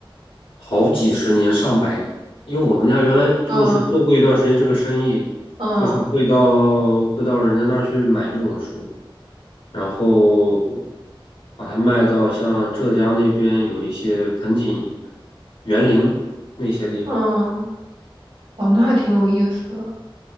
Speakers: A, on the left; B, on the right.
A: 好几十年、上百年。因为我们家原来就是做过一段时间这个生意，
B: 嗯嗯
A: 就是会到会到人家那儿去买这种树，然后把它卖到像浙江那边有一些盆景、园林那些地方。
B: 嗯，哦，那还挺有意思的。